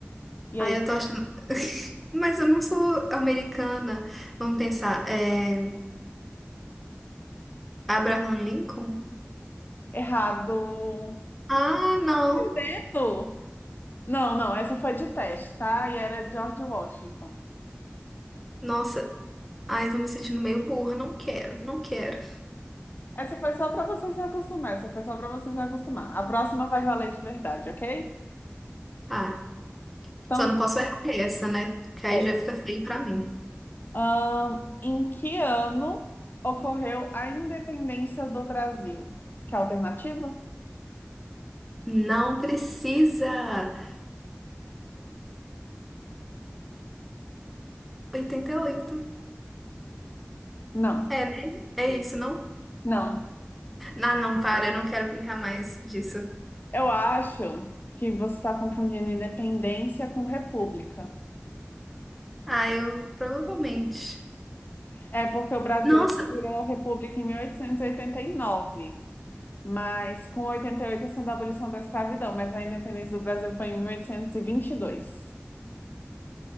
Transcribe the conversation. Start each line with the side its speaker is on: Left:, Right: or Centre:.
Left: E
Centre: Ah,
Left: aí?
Centre: eu tô achando. <laughs> Mas eu não sou americana. Vamos pensar. É... Abraham Lincoln?
Left: Errado.
Centre: Ah, não.
Left: Errou. Não, não, essa foi de teste, tá? E era George Washington.
Centre: Nossa. Ai, tô me sentindo meio burra. Não quero, não quero.
Left: Essa foi só para você se acostumar. Essa foi só para você se acostumar. A próxima vai valer de verdade, ok?
Centre: Ah,
Left: Então,
Centre: só não
Left: tá.
Centre: posso errar essa, né? Que aí
Left: é.
Centre: já fica feio pra mim.
Left: Ahn, em que ano ocorreu a independência do Brasil? Que alternativa?
Centre: Não precisa. 1888.
Left: Não,
Centre: É, né? É isso, não?
Left: não.
Centre: Ah, não, para. Eu não quero brincar mais disso.
Left: Eu acho que você está confundindo independência com república.
Centre: Ah, eu provavelmente.
Left: É porque o Brasil
Centre: Nossa,
Left: ele virou república em mil oitocentos e e oitenta e nove, mas com 88 sendo a abolição da escravidão, mas a independência do Brasil foi em mil oitocentos e e vinte e dois.